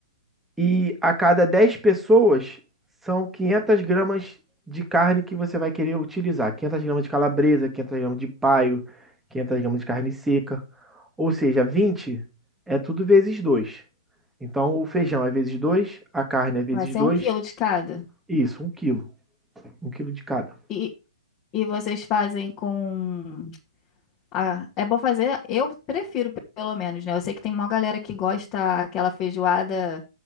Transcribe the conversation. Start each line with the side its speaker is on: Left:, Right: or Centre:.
Centre: E a cada 10 pessoas são 500 gramas de carne que você vai querer utilizar. quinhentas gramas de calabresa, 500 gramas de paio, 500 gramas de carne seca. Ou seja, 20 é tudo vezes dois Então o feijão é vezes dois a carne é vezes
Left: Vai ser
Centre: dois
Left: um quilo de cada.
Centre: Isso, um quilo. um quilo de cada.
Left: E, e vocês fazem com Ah, é bom fazer, eu prefiro pelo menos, né? Eu sei que tem uma galera que gosta aquela feijoada